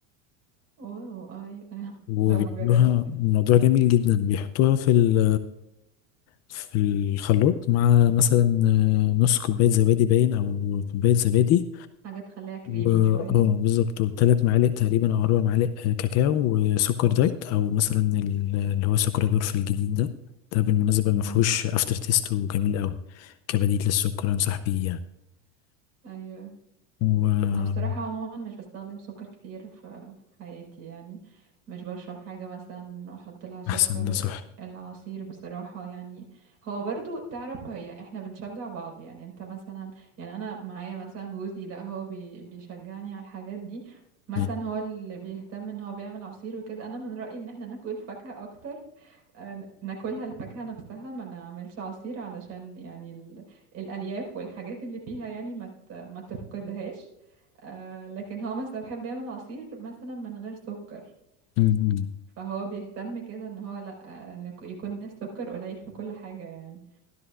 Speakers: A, on the right (about 40°); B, on the left (about 40°).
A: واو ايوه <laughs>
B: وبيعملوها
A: لا ما جربت
B: الموضوع جميل جدا بيحطوها في ال في الخلاط مع مثلا آه، نص كوباية زبادي باين أو كوباية زبادي
A: حاجة تخليها كريمي
B: و-
A: شوية
B: اه بالظبط وثلاث معالق تقريبا او اربع معالق آه، كاكاو وسكر دايت او مثلا ال- اللي هو سكر دورف الجديد ده ده بالمناسبه ما
A: مم.
B: فيهوش افتر تيست وجميل قوي كبديل للسكر انصح بيه يعني
A: ايوه
B: و آه،
A: انا بصراحه عموما مش بستخدم سكر كتير في في حياتي يعني مش بشرب حاجه مثلا احط لها سكر
B: احسن ده صح
A: العصير بصراحه يعني هو برضو تعرف هي احنا بنشجع بعض يعني انت مثلا يعني انا معايا مثلا جوزي لا هو بي بيشجعني على الحاجات دي
B: <laughs>
A: مثلا
B: م-
A: هو اللي بيهتم ان هو بيعمل عصير وكده انا من رايي ان احنا ناكل فاكهه اكتر آه، ناكلها الفاكهة نفسها ما نعملش عصير علشان يعني ال... الألياف والحاجات اللي فيها يعني ما ت... ما تفقدهاش آه لكن هو مثلا بيحب يعمل عصير مثلا من غير سكر
B: م-
A: فهو بيهتم كده ان هو لا آه، ان يك- يكون السكر قليل في كل حاجة يعني